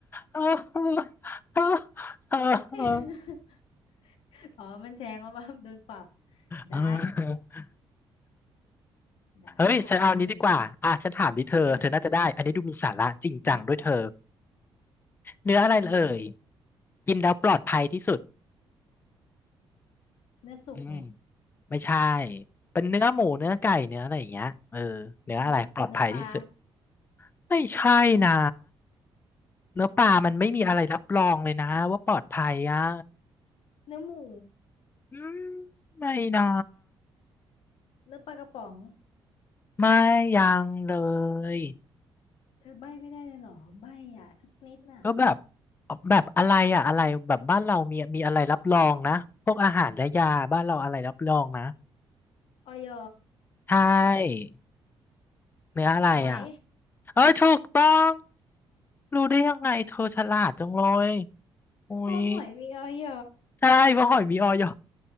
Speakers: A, on the left; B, on the left.
A: ฮ่าฮ่าฮ่
B: <laughs>
A: า
B: อ๋อมันแทงเอาว่าโดนปรับได้
A: ฮ่า
B: ได้
A: เฮ้ยฉันเอาอันนี้ดีกว่าอ่ะฉันถามดิเธอเธอน่าจะได้อันนี้ดูมีสาระจริงจังด้วยเธอ
B: ฉันจะอันไหนอืม มา
A: เนื้ออะไรเอ่ย
B: โอเค
A: กินแล้วปลอดภัยที่สุด
B: เนื้อสุกไง
A: อืมไม่ใช่ เป็นเนื้อหมูเนื้อไก่เนื้ออะไรอย่างเงี้ยเออเนื้ออะไรปลอดภัยที่สุด
B: เนื้อเนื้อปลา
A: ไม่ใช่นะเนื้อปลามันไม่มีอะไรรับรองเลยนะว่าปลอดภัยอ่ะ
B: เนอเนื้อหมู
A: อืมไม่นะ
B: เนื้อปลากระป๋อง
A: ไม่ยังเลย
B: เธอใบ้ไม่ได้เลยเหรอใบ้อ่ะสักนิดน่ะ
A: ก็แบบแบบอะไรอ่ะอะไรแบบบ้านเรามีมีอะไรรับรองนะพวกอาหารและยาบ้านเราอะไรรับรองนะ
B: ออย
A: ใช่เนื้ออะไรอ่ะ
B: หอย
A: เออถูกต้องรู้ได้ยังไงเธอฉลาดจังเลยอุ้ย
B: เพอหอยมีออย
A: ใช่ว่าหอยมีออย